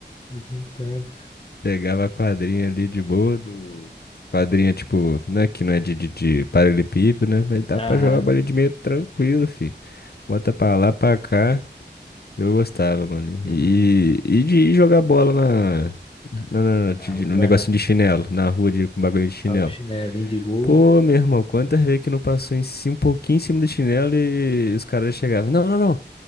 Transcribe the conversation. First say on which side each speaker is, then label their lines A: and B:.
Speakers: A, on the left; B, on the left.
A: fazia um tanto.
B: Pegava a quadrinha ali de boa do. Quadrinha, tipo, né? Que não é de, de, de paralelepípedo, né? Mas dá
A: Aham.
B: pra jogar
A: <laughs>
B: bola de meio tranquilo, fi. Bota pra lá, pra cá. Eu gostava, mano.
A: Uhum.
B: E, e de jogar bola na. na, na- de-
A: A
B: de-
A: rua,
B: no negocinho
A: né?
B: de chinelo, na rua de, com bagulho de chinelo.
A: Olha O chinelinho de gol.
B: Pô, meu irmão, quantas vezes que não passou em cima, um pouquinho em cima do chinelo e os caras chegavam. Não, não, não.